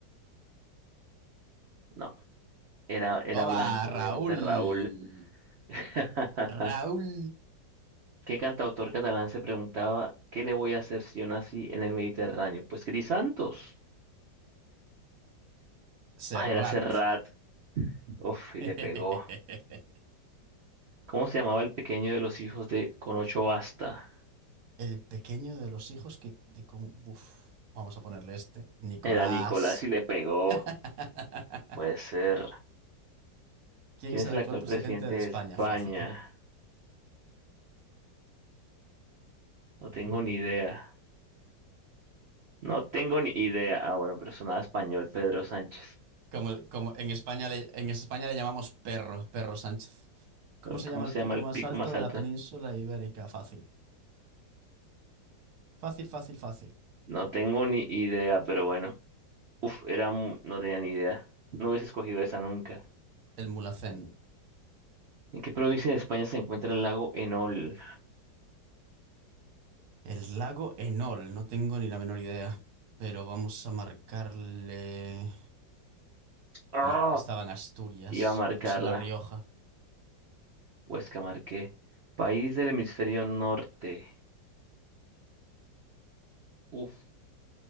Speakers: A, on the right; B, on the right.
A: No, era, era
B: Toma,
A: blanco,
B: Raúl.
A: obviamente Raúl. <laughs>
B: Raúl
A: ¿Qué cantautor catalán se preguntaba qué le voy a hacer si yo nací en el Mediterráneo? Pues Santos.
B: Serrat.
A: Ah, era Serrat. Uf, y
B: <laughs>
A: le pegó. ¿Cómo se llamaba el pequeño de los hijos de Con ocho basta?
B: El pequeño de los hijos que... De con... Uf, vamos a ponerle este. Nicolás.
A: Era Nicolás y le pegó.
B: <laughs>
A: Puede ser.
B: ¿Quién
A: ¿Quién
B: es
A: es
B: el actual
A: el actual
B: presidente
A: presidente
B: de
A: de
B: España?
A: España?
B: Fácil.
A: No tengo ni idea. No tengo ni idea. Ah, bueno, pero sonaba español, Pedro Sánchez.
B: Como, como en España le, en España le llamamos perro, perro Sánchez. ¿Cómo se
A: ¿Cómo
B: llama el
A: se
B: pico
A: llama el
B: más
A: pico
B: alto
A: más
B: de
A: alto?
B: la península ibérica? Fácil. Fácil, fácil, fácil.
A: No tengo ni idea, pero bueno. Uf, era, mu- no tenía ni idea. No hubiese escogido esa nunca.
B: El Mulhacén.
A: ¿En qué provincia de España se encuentra el lago Enol?
B: El lago Enol, no tengo ni la menor idea, pero vamos a marcarle...
A: ¡Ah!
B: No, estaba en Asturias,
A: Iba a marcarla.
B: le puse La Rioja.
A: Huesca marqué. País del hemisferio norte. Uf.